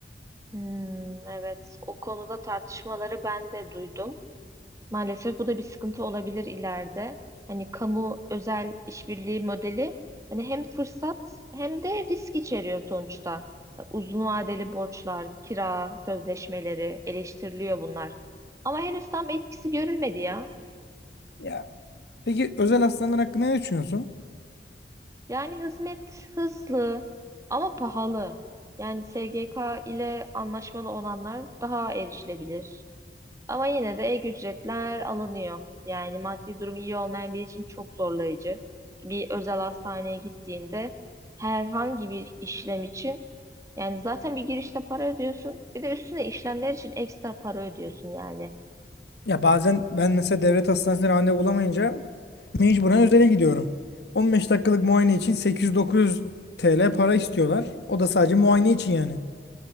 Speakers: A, on the right; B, on the left.
A: Hmm, evet, o konuda tartışmaları ben de duydum. Maalesef bu da bir sıkıntı olabilir ileride. Hani kamu özel işbirliği modeli hani hem fırsat hem de risk içeriyor sonuçta. Uzun vadeli borçlar, kira sözleşmeleri eleştiriliyor bunlar. Ama henüz tam etkisi görülmedi ya.
B: Ya peki özel hastaneler hakkında ne düşünüyorsun?
A: Yani hizmet hızlı ama pahalı. Yani SGK ile anlaşmalı olanlar daha erişilebilir. Ama yine de ek ücretler alınıyor. Yani maddi durum iyi olmayan biri için çok zorlayıcı. Bir özel hastaneye gittiğinde herhangi bir işlem için yani zaten bir girişte para ödüyorsun. Bir de üstüne işlemler için ekstra para ödüyorsun yani.
B: Ya bazen ben mesela devlet hastanesine randevu bulamayınca Mecburen özele gidiyorum. 15 dakikalık muayene için 800-900 TL para istiyorlar. O da sadece muayene için yani.